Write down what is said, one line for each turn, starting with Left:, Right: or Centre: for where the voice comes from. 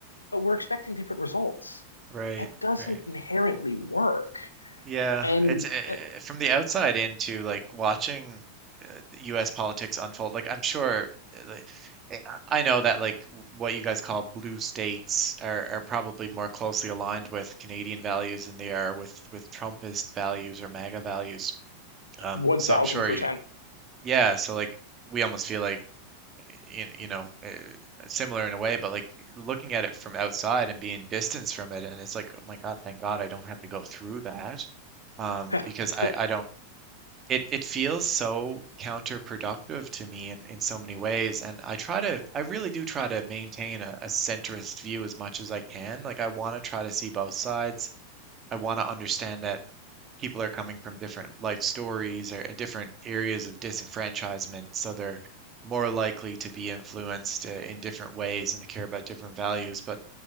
Left: but we're expecting different results.
Right: Right.
Left: That doesn't
Right: Right.
Left: inherently work.
Right: Yeah.
Left: And
Right: It's uh,
Left: uh,
Right: from the outside into like watching uh, U.S. politics unfold. Like I'm sure. uh, like, eh, I I know that like w- what you guys call blue states are, are probably more closely aligned with Canadian values than they are with with Trumpist values or MAGA values Um,
Left: 1000%.
Right: so I'm sure you, yeah, so like we almost feel like you, you know uh, similar in a way, but like looking at it from outside and being distanced from it, and it's like, oh my God, thank God I don't have to go through that. Um,
Left: <laughs>
Right: because I, I don't it, it feels so counterproductive to me in, in so many ways. And I try to I really do try to maintain a, a centrist view as much as I can. Like I want to try to see both sides. I want to understand that people are coming from different life stories or uh, different areas of disenfranchisement, so they're more likely to be influenced uh, in different ways and to care about different values. But